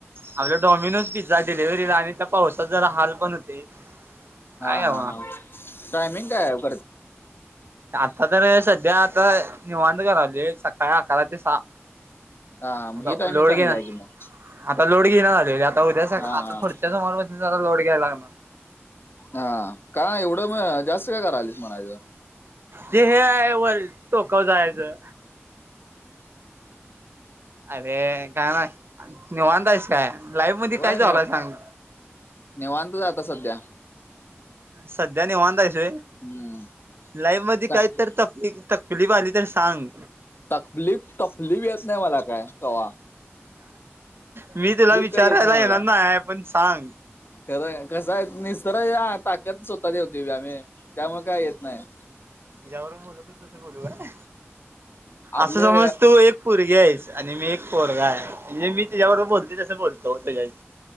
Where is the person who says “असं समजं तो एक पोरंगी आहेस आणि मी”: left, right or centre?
Right